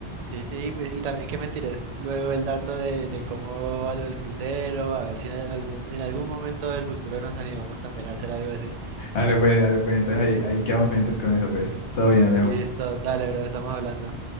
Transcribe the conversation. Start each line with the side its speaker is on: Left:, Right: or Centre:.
Right: Sí, sí, pues, y también que me tires luego el dato de, de cómo va lo del crucero, a ver si en algún, en algún momento del futuro nos animamos también a hacer algo así.
Left: Dale, pues, dale, pues. Entonces ahí, ahí quedamos pendientes con eso, pues. Todo bien, Alejo.
Right: Listo, dale, bro, estamos hablando.